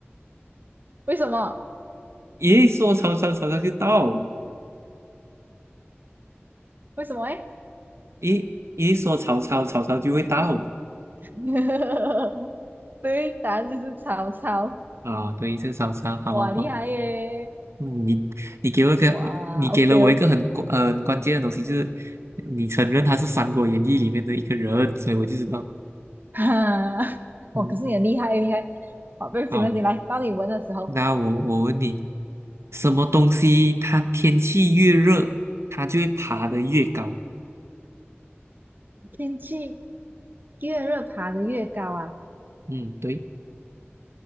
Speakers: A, on the right; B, on the right.
A: 为什么？
B: 一说曹操，曹操就到；
A: 为什么诶？
B: 一一说曹操，曹操就会到
A: <laughs> 对，答案就是曹操。
B: 啊、对，是曹操，好好好，
A: 哇，厉害耶！
B: 嗯，你你给我一个，
A: 哇，OK，
B: 你给了我一个很关呃很关键的东西，就是你承认他是《三国演义》里面的一个人，所以我就知道。
A: 哈，<laughs>
B: 嗯，
A: 哇，可是你很厉害，厉害。好，不要紧，
B: 好，
A: 不要紧来，到你闻的时候，
B: 那我我问你，什么东西它天气越热，它就会爬得越高？
A: 天气越热爬得越高啊，
B: 嗯，对，